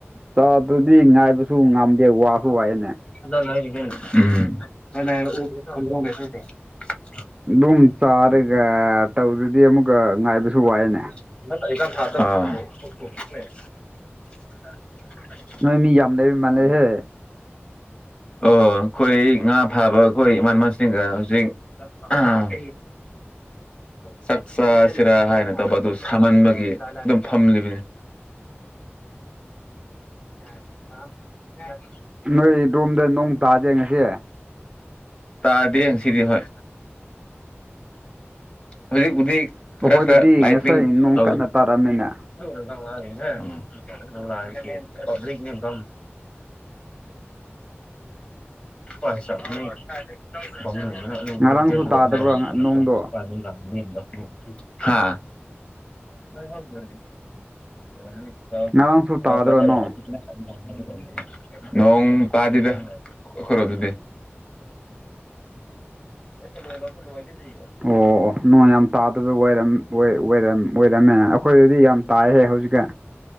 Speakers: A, on the right; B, on the left.
A: ꯆꯥꯗꯨꯗꯤ ꯉꯥꯏꯕꯁꯨ ꯉꯝꯗꯦ ꯋꯥꯁꯨ ꯋꯥꯏꯑꯦꯅꯦ
B: <unintelligible>
A: ꯑꯗꯨꯝ ꯆꯥꯔꯒ ꯇꯧꯗꯗꯤ ꯑꯃꯨꯛꯀ ꯉꯥꯏꯕꯁꯨ ꯋꯥꯏꯅꯦ
B: ꯑ <unintelligible>
A: ꯅꯣꯏ ꯃꯤ ꯌꯥꯝ ꯂꯩꯕ ꯃꯥꯜꯂꯦꯍꯦ
B: ꯑꯣ ꯑꯩꯈꯣꯏ ꯉꯥ ꯐꯥꯕ ꯑꯩꯈꯣꯏ ꯏꯃꯥꯟꯅꯕꯁꯤꯡꯒ ꯍꯧꯖꯤꯛ ꯑ ꯆꯥꯛ ꯆꯥ ꯁꯤꯔꯥ ꯍꯥꯏꯅ ꯇꯧꯕ ꯑꯗꯨ ꯁꯥꯃꯟꯕꯒꯤ ꯑꯗꯨꯝ ꯐꯝꯂꯤꯕꯅꯤ <unintelligible>
A: ꯅꯣꯏ ꯔꯣꯝꯗ ꯅꯣꯡ ꯇꯥꯗꯦ ꯉꯁꯤ
B: ꯇꯥꯗꯦ ꯁꯤꯗꯤ ꯍꯣꯏ ꯍꯧꯖꯤꯛ ꯄꯨꯗꯤ
A: ꯑꯩꯈꯣꯏꯗꯗꯤ
B: ꯈꯔ ꯈꯔ ꯂꯥꯏꯇꯤꯛ
A: ꯉꯁꯥꯏ ꯅꯣꯡ
B: ꯇꯧꯋꯦ
A: ꯀꯟꯅ ꯇꯥꯔꯝꯃꯦꯅꯦ
B: <unintelligible> ꯄꯕꯂꯤꯛ <unintelligible>
A: <inaudible>
B: <unintelligible> <unintelligible>
A: ꯉꯔꯥꯡꯁꯨ ꯇꯥꯗꯕ꯭ꯔꯣ
B: <inaudible>
A: ꯅꯣꯡꯗꯣ
B: <inaudible> <unintelligible>
A: ꯉꯔꯥꯡꯁꯨ ꯇꯥꯗ꯭ꯔꯣ ꯅꯣꯡ
B: ꯅꯣꯡ ꯇꯥꯗꯦꯗ ꯈꯣꯏꯔꯣꯝꯗꯗꯤ <unintelligible>
A: ꯑꯣ ꯑꯣ ꯅꯣꯡ ꯌꯥꯝ ꯇꯥꯗꯕ ꯑꯣꯏꯔꯝꯃꯦꯅ ꯑꯩꯈꯣꯏꯗꯗꯤ ꯌꯥꯝ ꯇꯥꯏꯍꯦ ꯍꯧꯖꯤꯛꯀ